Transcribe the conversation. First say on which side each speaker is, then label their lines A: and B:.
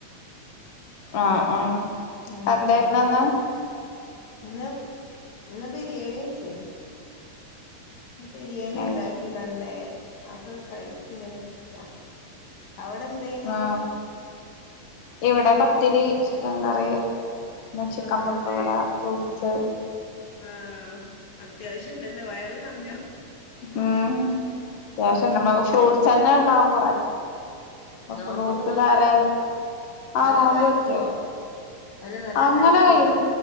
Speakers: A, on the left (about 55°); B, on the left (about 80°).
A: ആ ആഹ്
B: ഉം
A: അന്തായിര്ന്ന്ന്ന്
B: ഇന്ന് ഇന്ന് ബിരിയാണി വെച്ചീന്നു ന്ന് പിരിയാണി
A: അത്
B: ണ്ടാക്കി
A: ശരി.
B: നല്ലേ അപഹ് കഴിച് ങ്ങനെര്ക്ക അവടെ എന്തേന്നു
A: ആ ഇവിടെ പത്തിരി ചിക്കൻ കറി ന്നെ ചിക്കൻ
B: ആഹ്
A: പൊക്കവട
B: അതെ
A: ഫ്രൂട്ട് സ്
B: ആഹ് അത്യാവശ്യണ്ടല്ലോ വയറ് നർഞ്ഞോ
A: ഉം അത്യാവശ്യംന്നമ്മ ഫ്രൂട്ട്സന്നെ ണ്ടാവും കൊറെ
B: നോമ്പോക്കെ
A: ഫ്രൂട്ട്സ്
B: ന്നോറ്റ
A: കാരറ്റ് ആ
B: നല്ലോ
A: നോമ്പ്
B: കഴിക്കോ
A: നോറ്റ്
B: അല്ല നല്ലോം
A: അങ്ങനെ
B: കഴിക്കോ
A: കൈക്